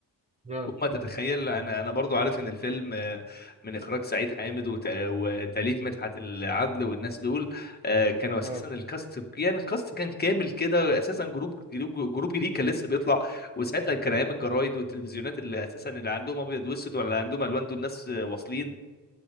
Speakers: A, on the right; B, on the left.
A: <laughs> اه
B: وما تتخيل انا انا برضو عارف ان الفيلم آه، من اخراج سعيد حامد وت- وتاليف مدحت العدل والناس دول آه، كانوا اساسا
A: اه
B: الكاست يعني الكاست كان كامل كده اساسا جروب جروب جروب جديد كان لسه بيطلع وساعتها كان ايام الجرايد والتلفزيونات اللي اساسا اللي عندهم ابيض واسود ولا عندهم الوان دول الناس آه، واصلين